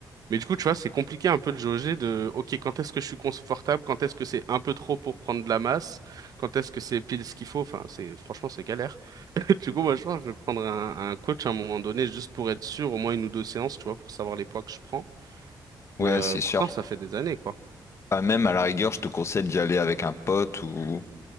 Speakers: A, on the right (about 50°); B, on the left (about 35°).
A: Mais du coup, tu vois, c'est compliqué un peu de jauger de, OK, quand est-ce que je suis confortable, quand est-ce que c'est un peu trop pour prendre de la masse, quand est-ce que c'est pile ce qu'il faut. Enfin, c'est, franchement, c'est galère. <laughs> Du coup, moi, je pense que je vais prendre un, un coach à un moment donné, juste pour être sûr, au moins une ou deux séances, tu vois, pour savoir les poids que je prends. Mais
B: Ouais,
A: euh,
B: c'est
A: pourtant,
B: sûr.
A: ça fait des années, quoi.
B: Bah, même à la rigueur, je te conseille d'y aller avec un pote ou